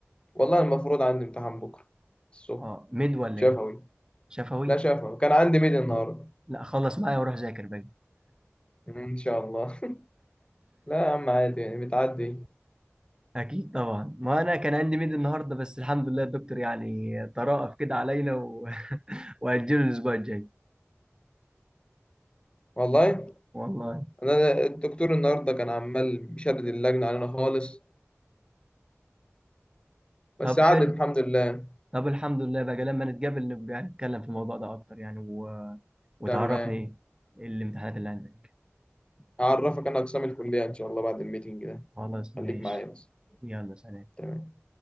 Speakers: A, on the left; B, on the right.
A: والله المفروض عندي امتحان بكرة الصبح
B: اه ميد ولا
A: شفوي
B: ايه شفوي
A: لا شفوي كان عندي ميد النهاردة
B: لا خلص معايا وروح ذاكر بقى
A: مم، إن شاء الله <laughs> لا يا عم عادي يعني بتعدي
B: اكيد طبعا ما انا كان عندي ميد النهارده بس الحمد لله الدكتور يعني ترأف كده علينا و... <laughs> واجله الاسبوع الجاي
A: والله
B: والله
A: أنا الدكتور النهاردة كان عمال بيشدد اللجنة علينا خالص بس
B: طب
A: عدت
B: حلو
A: الحمد لله
B: طب الحمد لله بقى لما نتقابل نبقى نتكلم في الموضوع ده اكتر يعني و... وتعرفني
A: تمام
B: ايه الامتحانات اللي عندك
A: هعرفك انا اقسام الكليه ان شاء الله بعد الميتنج ده
B: خلاص ماشي
A: خليك معايا بس
B: يلا سلام
A: تمام